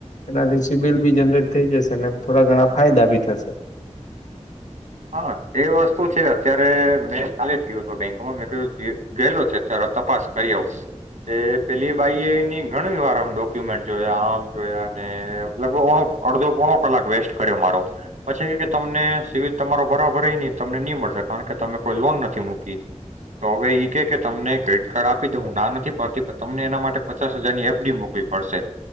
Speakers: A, on the left (about 80°); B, on the right (about 90°).
A: એનાથી સિબિલ બી જનરેટ થઈ જશે, થોડા ઘણા ફાયદા બી થશે.
B: હા એ વસ્તુ છે. ‌અત્યારે મેં કાલે જ ગીયો હતો બેંક તમાર મેં કહ ગેલો છે અત્યાર તપાસ કરી આવ. એ પેલી બાઈ એની ઘણી વાર આમ ડોક્યુમેન્ટ જોયા આમ જોયા, લગભગ ઓ અડધો પોણો કલાક વેસ્ટ કર્યો મારો પછી કેય તમને સિબિલ તમારો બરાબર હય નહી તમને નહી મળશે કારણ કે તમે કોઈ લોન નથી મૂકી. ‌ તો હવે ઈ કે કે તમને ક્રેડિટ કાર્ડ આપી દો હું ના નથી પાડતી પણ તમને એના માટે પચાસ હજારની એફડી મૂકવી પડશે